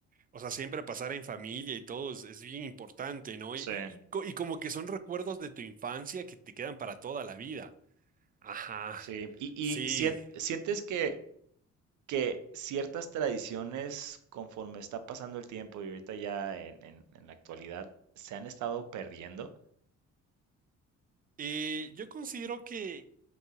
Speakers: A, on the right; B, on the right.
A: O sea, siempre pasar en familia y todo es, es bien importante, ¿no?
B: Sí,
A: Y, y- y co- y como que son recuerdos de tu infancia que te quedan para toda la vida. Ajá,
B: sí. ¿Y,
A: sí.
B: y sien- sientes que, que ciertas tradiciones, conforme está pasando el tiempo y ahorita ya en, en- en la actualidad, se han estado perdiendo?
A: Eh, yo considero que